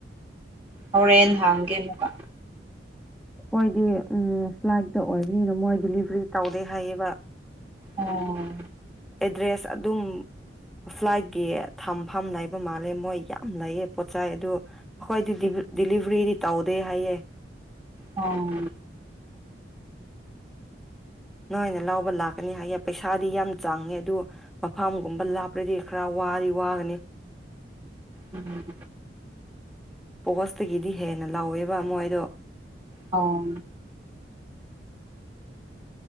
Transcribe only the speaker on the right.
ꯍꯧꯔꯦꯟ ꯍꯥꯡꯒꯦ ꯑꯃꯨꯛꯀ
ꯑꯣꯥ
ꯑꯣ
ꯎꯝ
ꯑꯣ